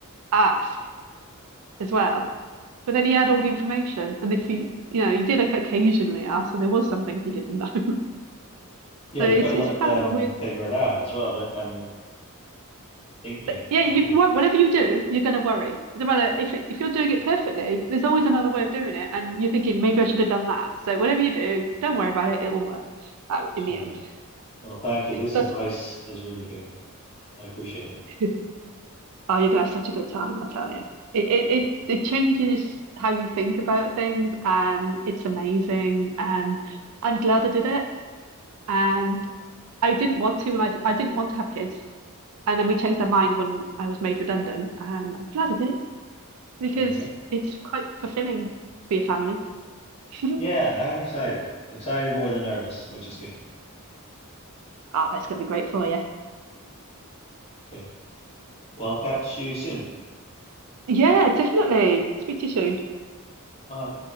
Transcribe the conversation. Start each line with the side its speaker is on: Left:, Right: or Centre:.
Right: ask as well. But then he had all the information, and if he, you know, he did oc- occasionally ask, so there was some things he didn't know. <laughs>
Left: Yeah,
Right: So
Left: you've
Right: it's
Left: got to let
Right: it's kind
Left: them
Right: of a weird.
Left: figure it out as well. They're kind of thinking,
Right: but Yeah, you
Left: I guess.
Right: wha- whatever you do, you're going to worry. No matter if it, if you're doing it perfectly, there's always another way of doing it, and you're thinking maybe I should have done that. So whatever you do, don't worry about it. It will work out
Left: Chill
Right: in the end.
Left: out. Well, thank you. This
Right: That's
Left: advice is really good. I appreciate it.
Right: <laughs> oh, you're gonna have such a good time, I tell you. It it it it changes how you think about things, and it's amazing. And I'm glad I did it. And I didn't want to when I I didn't want to have kids, and then we changed our mind when I was made redundant, and I'm glad I did because
Left: There you go.
Right: it's quite fulfilling to be a family. <laughs>
Left: Yeah, I'm excited. Excited more than nervous, which is good.
Right: Ah, it's gonna be great for you.
Left: Okay. Well, I'll catch you soon.
Right: Yeah, definitely. Speak to you soon.
Left: Bye.